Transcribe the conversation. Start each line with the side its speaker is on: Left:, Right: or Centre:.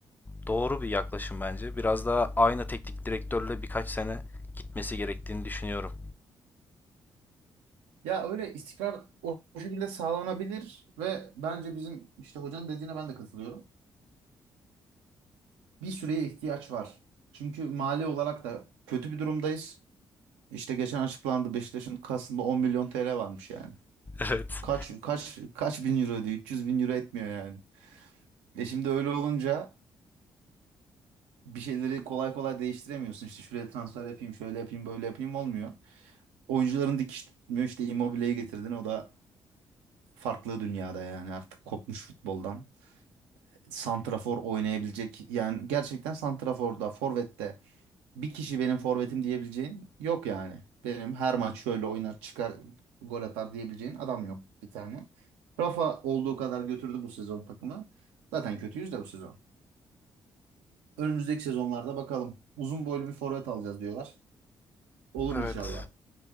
Left: Doğru bir yaklaşım bence. Biraz daha aynı teknik direktörle birkaç sene gitmesi gerektiğini düşünüyorum.
Right: Ya öyle istikrar o o şekilde sağlanabilir ve bence bizim işte hocanın dediğine ben de katılıyorum. Bir süreye ihtiyaç var. Çünkü mali olarak da kötü bir durumdayız. İşte geçen açıklandı Beşiktaş'ın kasında 10 milyon TL varmış yani.
Left: Evet.
Right: Kaç kaç kaç bin euro diyor? 300 bin euro etmiyor yani. E şimdi öyle olunca bir şeyleri kolay kolay değiştiremiyorsun. İşte şuraya transfer yapayım, şöyle yapayım, böyle yapayım olmuyor. Oyuncuların dikiş tutmuyor. İşte Immobile'yi getirdin. O da farklı dünyada yani artık kopmuş futboldan. santrafor oynayabilecek yani gerçekten santraforda, forvette bir kişi benim forvetim diyebileceğin yok yani. Benim her maç şöyle oynar çıkar gol atar diyebileceğin adam yok bir tane. Rafa olduğu kadar götürdü bu sezon takımı. Zaten kötüyüz de bu sezon. Önümüzdeki sezonlarda bakalım. Uzun boylu bir forvet alacağız diyorlar. Olur
Left: Evet.
Right: inşallah.